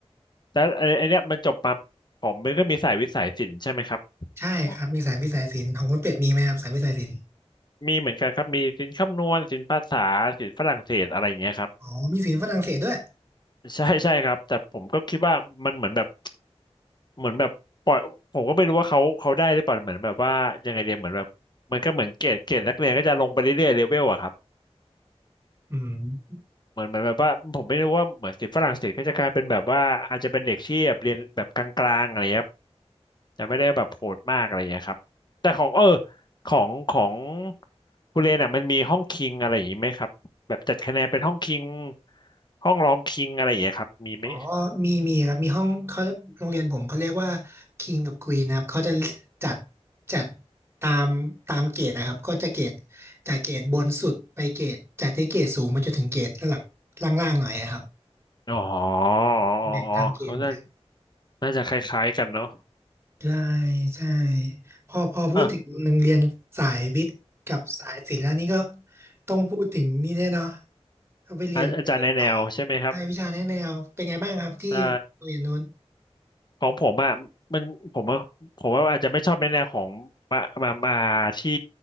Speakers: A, on the left; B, on the right.
A: แล้วไอ้ไอ้เนี้ยมันจบมาผมมันก็มีสายวิทย์สัยศิลป์ใช่ไหมครับ
B: ใช่ครับมีสายวิทย์สายศิลป์ของคุณเป็ดมีไหมครับสายวิทย์สายศิลป์
A: อ๋อมีเหมือนกันครับมีศิลป์คำนวณศิลป์ภาษาศิลป์ฝรั่งเศสอะไรอย่างเงี้ยครับ
B: อ๋อมีศิลป์ฝรั่งเศสด้วย
A: ใช่ใช่ครับแต่ผมก็คิดว่ามันเหมือนแบบเหมือนแบบปล่อยผมก็ไม่รู้ว่าเขาเขาได้หรือเปล่าเหมือนแบบว่ายังไงเดียเหมือนแบบมันก็เหมือนเกรดเกรดนักเรียนก็จะลงไปเรื่อยๆเลเวลอะครับ
B: อืม
A: เหมือนเหมือนแบบว่าผมไม่รู้ว่าเหมือนศิษย์ฝรั่งเศสก็จะกลายเป็นแบบว่าอาจจะเป็นเด็กที่แบบเรียนแบบกลางๆอะไรเงี้ยครับแต่ไม่ได้แบบโหดมากอะไรอย่างเงี้ยครับแต่ของเออของของคุณเรนอ่ะมันมีห้องคิงอะไรอย่างงี้ไหมครับแบบจัดคะแนนเป็นห้องคิงห้องรองคิงอะไรอย่างเงี้ยครับมีไหม
B: อ๋อมีมีครับมีห้องเขาเรียกโรงเรียนผมเขาเรียกว่า King กับ Queen นะครับเขาจะจัดจัดตามตามเกรดนะครับก็จะเกรดจากเกรดบนสุดไปเกรดจากที่เกรดสูงมาจนถึงเกรดระดับล่างๆหน่อยนะครับ
A: อ๋ออ๋อ
B: แบ่งตามเกรดกัน
A: อ๋อ เขาน่าน่าจะคล้ายๆกันเนาะ
B: ใช่ใช่พอพอพูดถึงโรงเรียนสายวิทย์กับสายศิลป์แล้วนี่ก็
A: อ่ะ
B: ต้องพูดถึงนี่แน่เนาะก็ไปเรียนไปเรียนต่อ
A: อาอาจารย์ในแนวใช่ไหมครับ
B: ใช่วิชาแนะแนวเป็นไงบ้างครับที่โรงเรียนนู้น
A: ใช่ ของผมอ่ะมันผมว่าผมว่าอาจจะไม่ชอบในแนวของมามามาที่